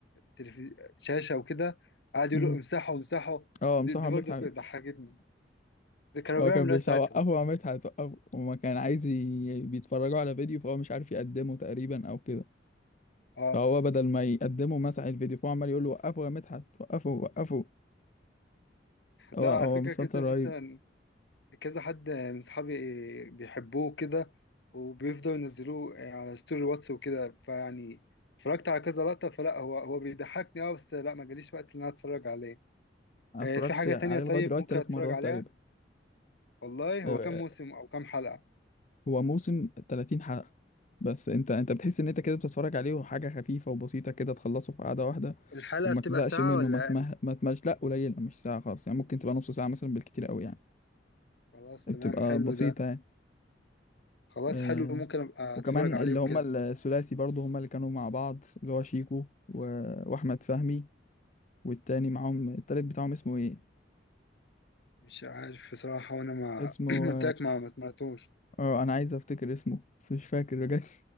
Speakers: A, on the left; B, on the left.
A: تلفز... شاشة وكده قاعد يقولوا
B: امم
A: امسحوا امسحوا
B: اه مصطفى
A: دي, دي
B: عماد
A: برضه كده ضحكتني ده كانوا
B: هو
A: بيعملوا
B: كان بيساعد
A: ايه ساعتها
B: وقفه وعملت هتوقفه وما كان عايز ي... بيتفرجوا على فيديو فهو مش عارف يقدمه تقريبا او كده
A: اه
B: فهو بدل ما يقدمه مسح الفيديو فهو عمال يقول له وقفه يا مدحت وقفه وقفه هو
A: لا على
B: هو
A: فكرة
B: مسلسل
A: كده
B: رهيب
A: مثلا كذا حد من صحابي بيحبوه كده وبيفضلوا ينزلوه على ستوري الواتس وكده فيعني اتفرجت على كذا لقطة فلا هو هو بيضحكني اه بس لا ما جاليش وقت ان انا اتفرج عليه
B: أنا
A: آه،
B: اتفرجت
A: في حاجة
B: عليه
A: تانية طيب
B: لغايه دلوقتي
A: ممكن
B: ثلاث
A: اتفرج
B: مرات
A: عليها
B: تقريبا
A: والله
B: آه،
A: هو كام موسم او كام حلقة
B: هو موسم 30 حلقه بس انت انت بتحس ان انت كده بتتفرج عليه وحاجه خفيفه وبسيطه كده تخلصه في قعده واحده
A: الحلقة
B: وما
A: بتبقى
B: تزهقش
A: ساعة
B: منه
A: ولا
B: ما تمه...
A: اقل
B: ما تملش لا قليله مش ساعه خالص يعني ممكن تبقى نص ساعه مثلا بالكتير قوي يعني
A: خلاص
B: بتبقى
A: تمام حلو
B: بسيطه
A: ده
B: يعني
A: خلاص
B: آه،
A: حلو ممكن ابقى
B: وكمان
A: اتفرج عليه
B: اللي
A: وكده
B: هما الثلاثي برضو هما اللي كانوا مع بعض اللي هو شيكو و... واحمد فهمي والتاني معاهم التالت بتاعهم اسمه ايه
A: مش عارف بصراحة وانا ما
B: اسمه
A: <clears throat> ما قلت لك ما ما سمعتوش
B: اه انا عايز افتكر اسمه بس مش فاكر بجد